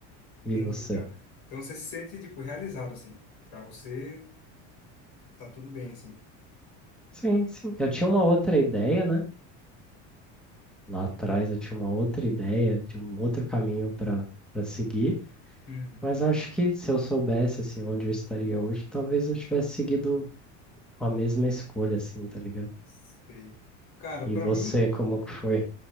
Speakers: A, in the centre; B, on the left.
A: E
B: Entendi,
A: você?
B: cara. Então você se sente, tipo, realizado, assim. Pra você, tá tudo bem, assim.
A: Sim, sim. Eu tinha uma outra ideia, né? Lá atrás eu tinha uma outra ideia de um outro caminho para para seguir,
B: Uhum.
A: mas acho que se eu soubesse, assim, onde eu estaria hoje, talvez eu tivesse seguido a mesma escolha, assim, tá ligado?
B: Sei. Cara,
A: E
B: pra
A: você,
B: mim,
A: como que foi?